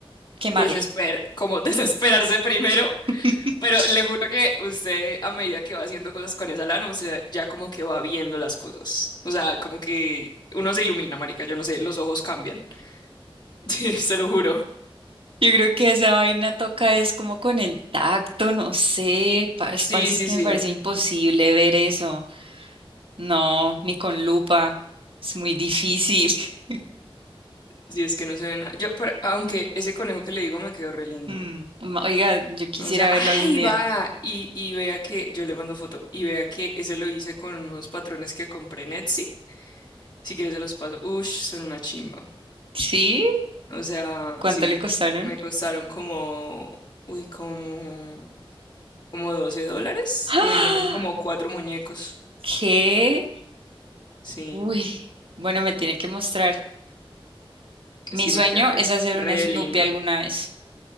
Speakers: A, on the right; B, on the left.
A: Quemarla.
B: desesper, como <laughs> desesperarse primero,
A: <laughs>
B: pero le juro que usted a medida que va haciendo cosas con esa lana, usted ya como que va viendo las cosas. O sea, como que uno se ilumina, marica, yo no sé, los ojos cambian. <laughs> Sí, se lo juro.
A: Yo creo que esa vaina toca es como con el tacto, no sé, pa- es-
B: Sí,
A: parece
B: sí,
A: es que
B: sí.
A: me parece imposible ver eso. No, ni con lupa, es muy difícil. <laughs>
B: Si es que no se ve nada. Yo, pero- aunque ese conejo que le digo me quedó re lindo.
A: Mm, Oiga, yo quisiera
B: O sea,
A: verlo
B: ¡ay,
A: algún día.
B: vaga! Y, y vea que yo le mando foto y vea que ese lo hice con unos patrones que compré en Etsy. Si quieres se los paso. Ush, son una chimba.
A: ¿Sí?
B: O sea,
A: ¿Cuánto
B: sí,
A: le costaron?
B: me costaron como, uy, como, como 12 dólares
A: <gasps>
B: y venían como cuatro muñecos.
A: ¿Qué?
B: Sí,
A: Uy, bueno, me tiene que mostrar. Mi
B: sí,
A: sueño
B: me quedó re,
A: es hacer
B: re
A: un Snoopy
B: lindo.
A: alguna vez.